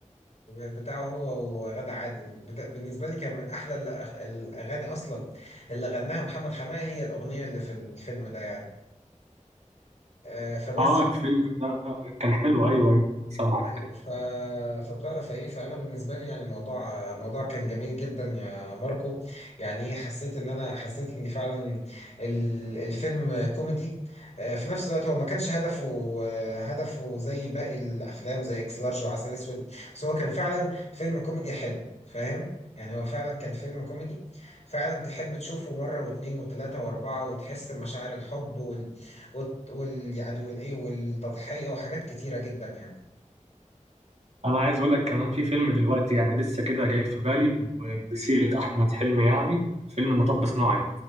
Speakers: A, on the left; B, on the right.
A: بتاعه هو وغادة عادل بدا- بالنسبة لي كان من أحلى الأغ- الأغاني أصلا اللي غناها محمد حماقي هي الأغنية اللي في الفيلم ده يعني آه، فبس
B: آه الفيلم ده كان حلو أيوه أيوه سامعك
A: ايوه ف... فبتعرف ايه فانا بالنسبه لي يعني الموضوع موضوع كان جميل جدا يا ماركو يعني ايه حسيت ان انا حسيت ان فعلا ال- الفيلم كوميدي آه، في نفس الوقت هو ما كانش هدفه آه، هدفه زي باقي الافلام زي اكس لارج وعسل اسود بس هو كان فعلا فيلم كوميدي حلو فاهم يعني هو فعلا كان فيلم كوميدي فعلا تحب تشوفه مرة واثنين وثلاثة وأربعة وتحس بمشاعر الحب وال... وال... وال... يعني والإيه والتضحية وحاجات كتيرة جدا يعني
B: انا عايز اقول لك كمان في فيلم دلوقتي يعني لسه كده جاي في بالي بسيرة احمد حلمي يعني فيلم مطب صناعي